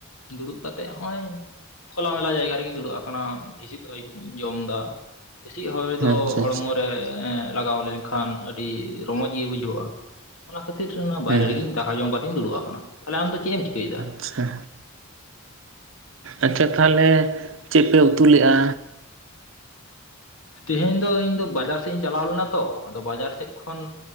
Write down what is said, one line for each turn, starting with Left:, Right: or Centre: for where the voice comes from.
Left: ᱫᱩᱲᱩᱵ ᱠᱟᱛᱮᱜ ᱦᱚᱸᱜᱼᱚᱭ ᱠᱷᱚᱞᱟ ᱢᱮᱞᱟ ᱡᱟᱭᱜᱟ ᱨᱮᱜᱤᱧ ᱫᱩᱲᱩᱵ ᱟᱠᱟᱱᱟ ᱦᱤᱸᱥᱤᱫ ᱦᱚᱭ ᱤᱧ ᱡᱚᱢ ᱮᱫᱟ ᱦᱤᱸᱥᱤᱫ ᱦᱚᱭ ᱫᱚ
Right: ᱟᱪᱪᱷᱟ
Left: ᱦᱚᱲᱢᱚ
Right: ᱟᱪᱪᱷᱟ
Left: ᱨᱮ ᱞᱟᱜᱟᱣ ᱞᱮᱱᱠᱷᱟᱱ ᱟᱹᱰᱤ ᱨᱚᱢᱚᱡᱽ ᱜᱮ ᱵᱩᱡᱷᱟᱹᱜᱼᱟ ᱚᱱᱟ ᱠᱷᱟᱹᱛᱤᱨ ᱚᱱᱟ ᱵᱟᱦᱨᱮ
Right: ᱦᱮᱸ
Left: ᱨᱮᱜᱮᱧ ᱫᱟᱠᱟ ᱡᱚᱢ ᱠᱟᱛᱮᱜ ᱤᱧ ᱫᱩᱲᱩᱵ ᱟᱠᱟᱱᱟ ᱛᱟᱦᱞᱮ ᱟᱢᱫᱚ ᱪᱮᱫ ᱮᱢ ᱪᱤᱠᱟᱹᱭᱮᱫᱟ
Right: ᱟᱪᱪᱷᱟ ᱟᱪᱪᱷᱟ ᱛᱟᱦᱚᱞᱮ ᱪᱮᱫ ᱯᱮ ᱩᱛᱩ ᱞᱮᱫᱼᱟ
Left: ᱛᱮᱦᱮᱧ ᱫᱚ ᱤᱧ ᱫᱚ ᱵᱟᱡᱟᱨ ᱥᱮᱫ ᱤᱧ ᱪᱟᱞᱟᱣ ᱞᱮᱱᱟ ᱛᱚ ᱟᱫᱚ ᱵᱟᱡᱟᱨ ᱥᱮᱫ ᱠᱷᱚᱱ